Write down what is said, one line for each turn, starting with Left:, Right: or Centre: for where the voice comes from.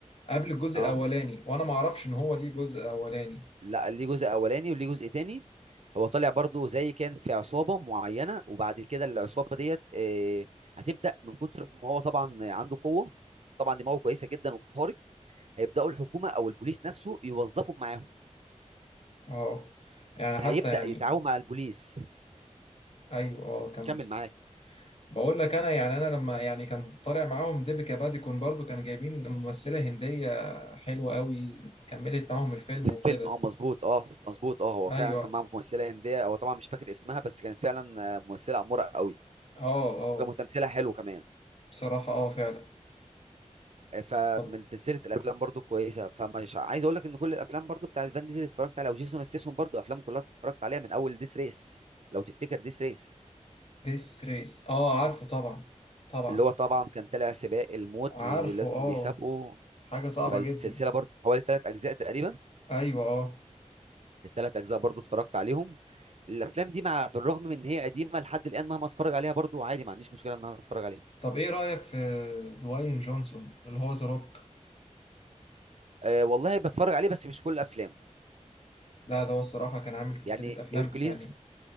Left: قبل الجزء
Right: اه
Left: الاولاني وانا ما اعرفش ان هو ليه جزء اولاني
Right: لا ليه جزء اولاني وليه جزء تاني هو طالع برضو زي كان في عصابه معينه وبعد كده العصابه ديت آه، هتبدا من كتر ما هو طبعا عنده قوه طبعا دماغه كويسه جدا وخارق هيبداوا الحكومه او البوليس نفسه يوظفوا معاهم
Left: اه يعني حتى
Right: هيبدأ
Left: يعني
Right: يتعاون مع البوليس
Left: ايوه اه كمل
Right: كمل معاك
Left: بقول لك انا يعني انا لما يعني كان طالع معاهم ديبيكا باديكون برضو كانوا جايبين ممثلة هندية حلوة قوي كملت معاهم الفيلم
Right: في
Left: وكده
Right: الفيلم اه مظبوط اه مظبوط اه هو
Left: ايوه
Right: فعلا كان معاه ممثلة هندية هو طبعا مش فاكر اسمها بس كانت فعلا آه، ممثلة أمورة قوي
Left: اه اه
Right: وكان تمثيلها حلو كمان
Left: بصراحة اه فعلا
Right: آه، فمن
Left: طب
Right: سلسلة الأفلام برضو كويسة فمش عايز أقول لك إن كل الأفلام برضو بتاعت فان ديزل اتفرجت عليها وجيسون ستيسون برضو أفلامه كلها اتفرجت عليها من أول ديس ريس لو تفتكر ديس ريس
Left: ديس ريس اه عارفه طبعا طبعا
Right: اللي هو طبعا كان طالع سباق الموت
Left: عارفه
Right: ولازم
Left: اه
Right: بيسابقه
Left: حاجة صعبة
Right: فالسلسلة
Left: جدا
Right: برضو حوالي ثلاث أجزاء تقريبا
Left: ايوه اه
Right: الثلاث اجزاء برضو اتفرجت عليهم الافلام دي مع بالرغم من ان هي قديمه لحد الان مهما اتفرج عليها برضو عادي ما عنديش مشكله ان انا اتفرج عليها
Left: طب ايه رأيك في دواين جونسون اللي هو ذا روك
Right: أه والله بتفرج عليه بس مش كل الافلام
Left: لا ده هو الصراحة كان عامل سلسلة
Right: يعني
Left: افلام
Right: هيركليز
Left: يعني